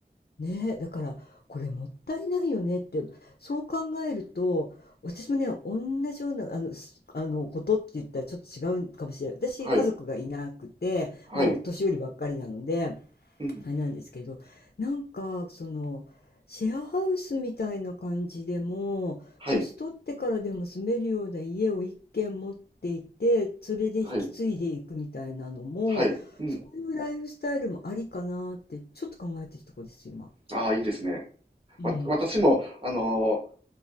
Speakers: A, on the left (about 60°); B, on the right (about 30°).
A: ねえ、だから、これもったいないよねって、そう考えると、私もね、同じような、あの、すあの、ことって言ったらちょっと違うかもしれない。私、
B: はい。
A: 家族がいなくて、
B: はい。
A: もう年寄りばっかりなので、
B: うん。
A: あれなんですけど、なんか、その、シェアハウスみたいな感じでも、
B: はい。
A: 年取ってからでも住めるような家を一軒持っていて、それで引き継いでいくみたいなのも、
B: はい。はい。うん。
A: そういうライフスタイルもありかなって、ちょっと考えてるところです、今。
B: ああ、いいですね。
A: うん、
B: わ、私も、あのー